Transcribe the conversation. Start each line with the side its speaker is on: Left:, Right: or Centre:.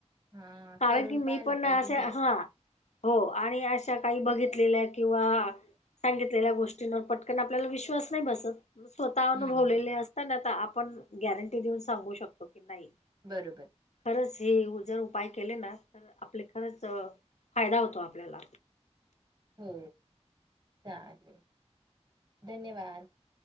Right: हा
Left: कारण
Right: करून
Left: की मी
Right: पाहायला
Left: पण
Right: पाहिजे
Left: असे
Right: हे
Left: हा हो, आणि अशा काही बघितलेल्या किंवा सांगितलेल्या गोष्टींवर पटकन आपल्याला विश्वास नाही बसत. स्वतः अनुभवलेले
Right: हम्म
Left: असताना आता आपण गॅरंटी देऊन सांगू शकतो की नाही.
Right: बरोबर.
Left: हे जर उपाय केले ना तर आपले खरच फायदा होतो आपल्याला.
Right: हो. चालेल, धन्यवाद!